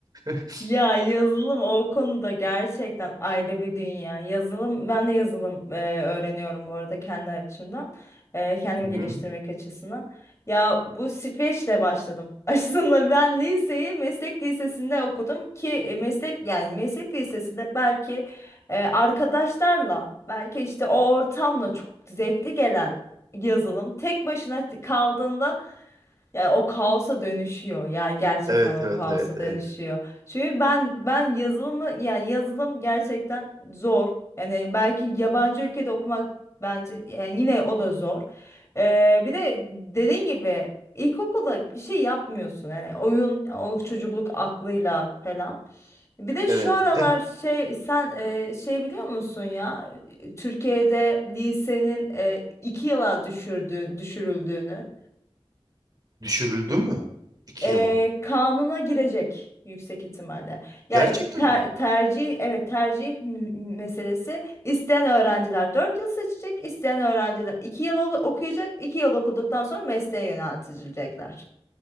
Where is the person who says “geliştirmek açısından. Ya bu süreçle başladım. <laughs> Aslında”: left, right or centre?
Left